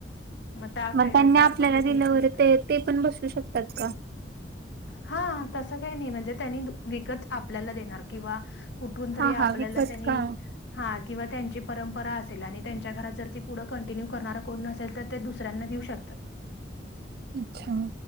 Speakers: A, on the left; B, on the right.
A: त्या
B: मग
A: टा
B: त्यांनी
A: त्या
B: आपल्याला
A: पद्धतीने
B: दिलंवर
A: पण येतात.
B: ते -ते पण बसवू शकतात का?
A: हा तसं काही नाही म्हणजे त्यांनी विकत आपल्याला देणार किंवा कुठून तरी
B: हा हा
A: आपल्याला
B: विकत
A: त्यांनी
B: का
A: हा किंवा त्यांची परंपरा असेल आणि त्यांच्या घरात जर ती पुढं कन टिन्यू करणार कोण नसेेल तर ते दुसऱ्यांना दिऊ शकतात.
B: अच्छा.